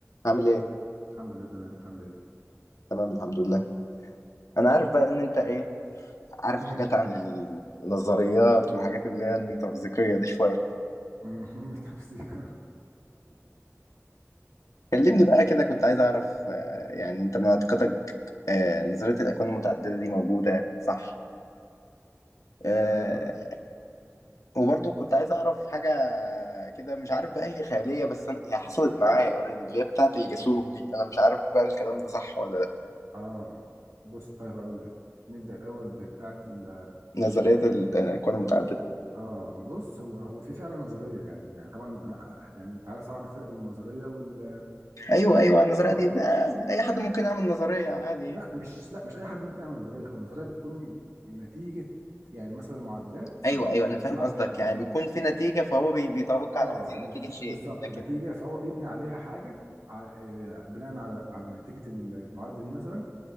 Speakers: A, on the left; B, on the right.
A: عامل ايه؟
B: الحمد لله تمام انت عامل ايه؟
A: تمام الحمد لله انا عارف بقى ان انت ايه عارف
B: امم
A: حاجات عن النظريات والحاجات اللي هي الميتافيزيقية دي شوية
B: <laughs> ميتافيزيقا
A: كلمني بقى كده كنت عايز اعرف آه، يعني انت معتقدك آه، نظرية الاكوان المتعددة دي موجودة صح آه،
B: آه,
A: وبرضو كنت عايز اعرف حاجة كده مش عارف بقى هي خيالية بس أنا- هي حصلت معايا اوريدي اللي هي بتاعة الجاسوم دي انا مش عارف بقى الكلام ده صح ولا لا
B: اه بص طيب هقول لك نبدأ الأول بتاعة ال
A: نظرية الاكوان المتعددة
B: اه بص هو هو في فعلا نظرية يعني يعني طبعا أنا- يعني انت عارف طبعا الفرق بين النظرية وال
A: ايوه ايوه النظرية
B: اه
A: دي بقى اي حد ممكن يعمل نظرية عادي
B: لا
A: يعني.
B: مش لا مش أي حد ممكن يعمل نظرية هو النظرية بتكون نتيجة يعني مثلا معادلات فمعادلات
A: ايوه ايوه انا فاهم
B: طلعت
A: قصدك
B: اه
A: يعني بيكون في نتيجه فهو بي بيتوقع
B: اه
A: على هذه النتيجه
B: نتي...
A: شيء
B: بالظبط
A: لكن
B: نتيجة فهو بيبني عليها حاجة ع... آه، بناء على على نتيجة المعادلة دي مثلا